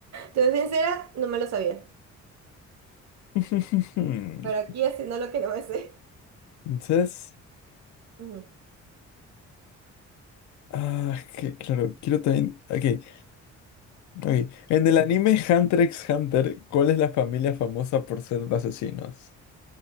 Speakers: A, on the right (about 60°); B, on the left (about 70°).
A: Te soy sincera, no me lo sabía.
B: <laughs>
A: Pero aquí haciendo lo que no me sé.
B: Entonces.
A: Ujú.
B: Ah, que claro, quiero también. Ok, ok. En el anime Hunter x Hunter, ¿cuál es la familia famosa por ser asesinos?